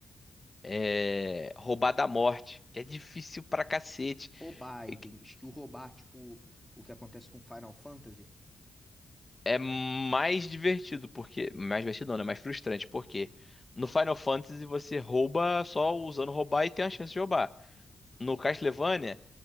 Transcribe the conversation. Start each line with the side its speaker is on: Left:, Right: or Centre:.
Left: é, roubar da morte, que é difícil pra cacete.
Centre: Roubar,
Left: E
Centre: e tem
Left: que-
Centre: skill roubar, tipo, o que acontece com Final Fantasy.
Left: É mais divertido, porque. Mais divertido não, né? Mais frustrante, porque no Final Fantasy você rouba só usando roubar e tem a chance de roubar. No Castlevania,